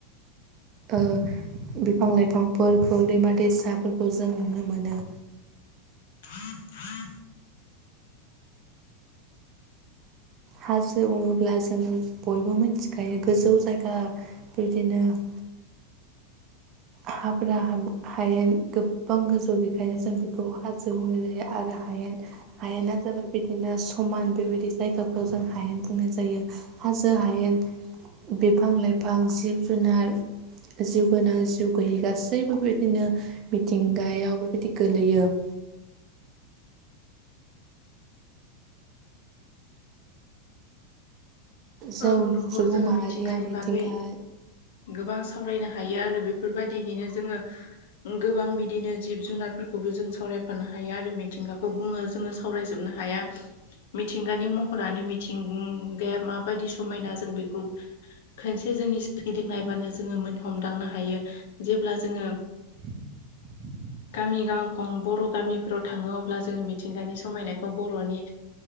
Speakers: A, on the right; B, on the left.
A: ओ बिफां लाइफांफोरखौ दैमा दैसाफोरखौ जों नुनो मोनो
B: <inaudible>
A: हाजो बुङोब्ला जोङो बयबो मिथिखायो गोजौ जायगा बिदिनो <inaudible> हाब्रा हायो गोबां गोजौ बेखायनो जों बेखौ हाजो बुंनाय जायो आरो हायेन हायेना जाबाय बिदिनो समान बेबायदि जायगाखौ जों हायेन बुंनाय जायो हाजो हायेन बिफां लाइफां जिब जुनार जिउ गोनां जिउ गैयि गासैबो बेबायदिनो मिथिंगायाव बेबायदि गोलैयो <inaudible> जों
B: औ नंगौ
A: सुबुं
B: जोङो
A: माहारिया
B: मिथिंगानि
A: मिथिंगा
B: बागै गोबां सावरायनो हायो आरो बेफोरबायदिहैनो जोङो गोबां बिदिनो जिब जुनारफोरखौ खौबो जों सावरायफानो हायो आरो मिथिंगाखौ बुङो जोङो सावरायजोबनो हाया मिथिंगानि महरानो मिथिं माबायदि समायना जों बेखौ खोनसे जोंनिगिदिं नायबानो जोङो मोन हमदांनो हायो हायो जेब्ला जोङो
A: <inaudible>
B: गामि गांखं बर' गामिफोराव थाङो अब्ला जोंङो मिथिंगानि समायनायखौ बर'नि